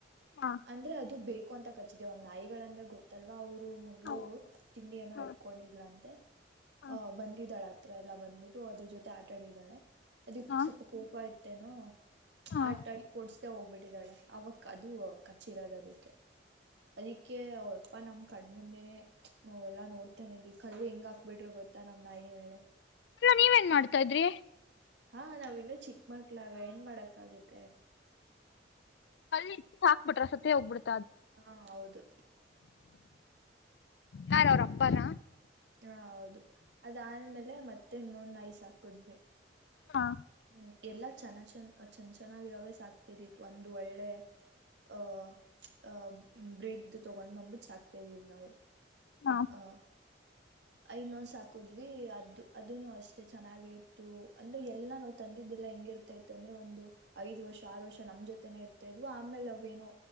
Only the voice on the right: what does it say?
ಅಂದ್ರೆ ಅದು ಬೇಕು ಅಂತ ಕ <unintelligible> ಒಂದ್ಾಯಿಗಳ ಅಂದ್ರೆ ಗೊತ್ತಲ್ವ ಅವ್ರು ಮಗಳು
ತಿಂಡಿಯ ನೋ
ಇಟ್ಕೊಂಡಿದ್ಲ ಅಂತೆ
ಹ ಬಂದಿದ್ದಾಳ ಹತ್ರ ಎಲ್ಲ ಬಂದ್ಬಿಟ್ಟು ಅದ್ರ ಜೊತೆ ಆಟ ಆಡಿದ್ದಾಳೆ ಅದಕ್
ಸ್ವಲ್ಪ ಕೋಪ ಆಯ್ತು ೆ ನ
ಆಡಿಿ ಕೊಡ್ಸ್ ಹೋಗ್ಬಿಟ್ಟಿದ್ದಾಳೆ ಅವಕ್ ಅದು ಕಚಿರೋದ ಅದಕ್ಕೆ ಅದಿಕ್ಕೆ ಅವ್ರಪ್ಪಾ ನಮ್ ಕಣ್ಮಂದೆನನೆ ನಾವ ಎಲ್ಲಾ ನೋಡ್ತಾನ ಇದಿವಿ ಕಲ್ಲಿ ಹೆಂಗ ಹಾಕ್ಬಿಟ್ರರು ಗೊತ್ತಾ ನಮ್ ನಾಯಿ ಮೇಲೆ
ಹಾ ನಾವ್ ಇನ್ನು ಚಿಕ್ಕ ಮಕ್ಳಾಗ ಏನ್ ಮಾಡಕ್ಕ ಆಾಗುತ್ತೆ
ಹಾ ಹೌದು
ಹಾ ಹೌದು ಅದಾದ್ಮೇಲೆ ಮತ್ತೆ ನೊಂದ ನಾಯಸ್ ಹಾಕದ್ವಿ
ಹ್ಮ್ ಎಲ್ಲಾ ಚೆನ್ನ ಚಂದ ಚಂದ ಚೆನ್ನಾಗಿರೋವೇ ಸಾಕ್ತಿದಿತ್ ಒಂದು ಒಳ್ಳೆ ಅಹ ಅಹ ಬ್ರಿಡ್ ತಗೊಂಡ್ ಬಂದ್ಬಿಟ್ಟ ಸಾಕ್ತಿದವಿ ನಾವು.
ಹ. ಐನ್ನೊಂದ ಸಾಕುದ್ವಿ ಅದದು ಅದನು ಅಷ್ಟೇ ಚೆನ್ನಾಗೆ ಇತ್ತು ಅಂದ್ರೆ ಎಲ್ಲಾ ನಾವ್ ತಂದಿದ್ದೆಲ್ಲ ಹೆಂಗಿರ್ತಾ ಇತ್ತು ಅಂದ್ರೆ ಒಂದು ಐದ್ ವರ್ಷ ಆರು ವರ್ಷ ನಮ್ ಜೊತೆನೆ ಇರ್ತಾ ಇದ್ವಿ ಆಮೇಲೆ ಅವ್ ಏನೋ